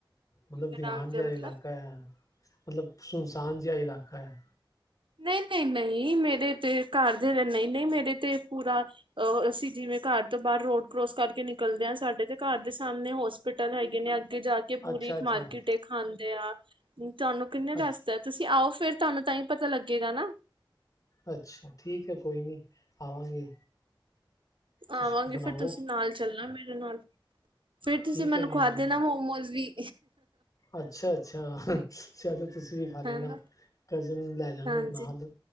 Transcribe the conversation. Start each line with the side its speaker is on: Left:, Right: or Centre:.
Left: ਮਤਲਬ ਵੀਰਾਨ
Right: ਆਰਾਮ
Left: ਜਿਹਾ
Right: ਦੇ ਮਤਲਬ
Left: ਇਲਾਕਾ ਏ। ਮਤਲਬ, ਸੁਨਸਾਨ ਜਿਹਾ ਇਲਾਕਾ ਹੈ।
Right: ਨਹੀਂ, ਨਹੀਂ, ਨਹੀਂ ਮੇਰੇ ਤੇ ਘਰ ਦੇ ਨਹੀਂ, ਨਹੀਂ ਮੇਰੇ ਤੇ ਪੂਰਾ ਅਹ, ਅਸੀਂ ਜਿਵੇਂ ਘਰ ਤੋਂ ਬਾਹਰ ਰੋਡ ਕਰੋਸ ਕਰਕੇ ਨਿਕਲਦੇ ਹਾਂ। ਸਾਡੇ ਤੇ ਘਰ ਦੇ ਸਾਹਮਣੇ ਹੋਸਪਿਟਲ ਟ <unintelligible> ਹੈ ਕੇ ਨਹੀ ਅੱਗੇ ਜਾ ਕੇ ਕਿ ਪੂਰੀ
Left: ਅੱਛਾ
Right: ਇੱਕ
Left: ਅੱਛਾ
Right: ਮਾਰਕੀਟ ਏ ਖਾਂਦੇਆ। ਤੁਹਾਨੂੰ ਕਿੰਨੇ ਦਸਤਾ
Left: ਅੱਛਾ
Right: ਤੁਸੀਂ ਆਓ ਫਿਰ ਤੁਹਾਨੂੰ ਤਾਂਹੀ ਪਤਾ ਲੱਗੇਗਾ ਨਾ।
Left: ਅੱਛਾ ਠੀਕ ਹੈ ਕੋਈ ਨਹੀਂ ਆਵਾਂਗੇ ਤੁਸੀਂ
Right: ਆਵਾਂਗੇ
Left: ਬਣਾਓ
Right: ਫਿਰ ਤੁਸੀਂ ਨਾਲ ਚੱਲਣਾ ਮੇਰੇ ਨਾਲ ਫਿਰ
Left: ਠੀਕ
Right: ਤੁਸੀਂ ਮੈਨੂੰ
Left: ਹੈ ਮੈਂ
Right: ਖਵਾ ਦੇਣਾ ਮੋਮੋਸ ਵੀ
Left: ਅੱਛਾ ਅੱਛਾ ਚਲੋ ਤੁਸੀਂ ਵੀ ਖਾ ਲੈਣਾ
Right: ਹਨਾ
Left: ਕਜ਼ਨ ਨੂੰ ਲੈ ਜਾਂਗਾ
Right: ਹਾਂਜੀ
Left: ਨਾਲ